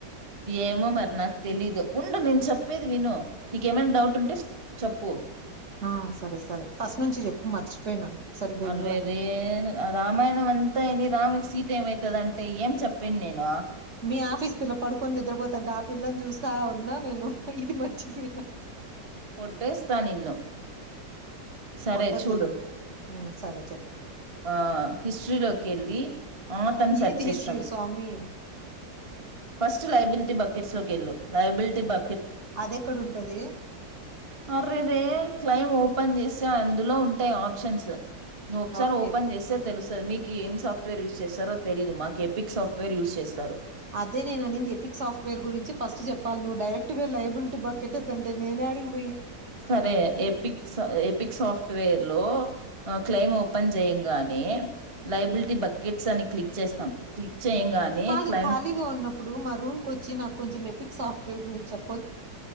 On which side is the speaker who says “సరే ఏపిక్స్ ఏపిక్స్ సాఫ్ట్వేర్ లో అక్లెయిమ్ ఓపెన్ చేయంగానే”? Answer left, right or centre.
Right